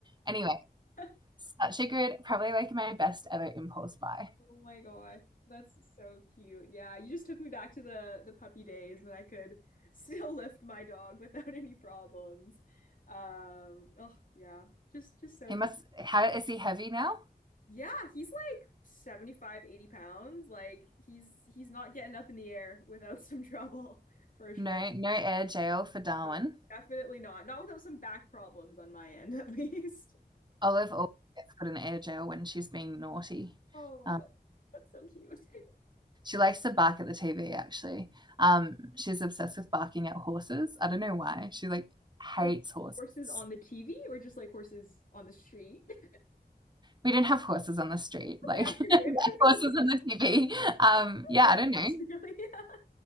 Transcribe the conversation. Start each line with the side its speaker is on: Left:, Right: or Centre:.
Right: Anyway,
Left: <laughs>
Right: such a good, probably like my best ever impulse buy.
Left: Oh my gosh, that's so cute. Yeah, you just took me back to the the puppy days when I could still <laughs> lift my dog without any problems. Um, oh yeah, just just so
Right: He
Left: cute.
Right: must, how is he heavy now?
Left: Yeah, he's like 75, 80 pounds. Like he's he's not getting up in the air without <laughs> some trouble for sure.
Right: No, no air jail for Darwin.
Left: No, definitely not. Not without some back problems on my end <laughs> at least.
Right: Olive always gets put in air jail when she's being naughty.
Left: Oh my
Right: Um,
Left: God. That's so cute. <laughs>
Right: She likes to bark at the TV, actually. Um, she's obsessed with barking at horses. I don't know why. She like
Left: Like
Right: hates horses.
Left: horses on the TV or just like horses on the street? <laughs>
Right: We didn't have horses on the street, like
Left: Okay, I figured.
Right: <laughs> yeah,
Left: I figured
Right: horses on the TV. Um,
Left: <laughs> a
Right: yeah,
Left: bit
Right: I don't know.
Left: less really. <laughs>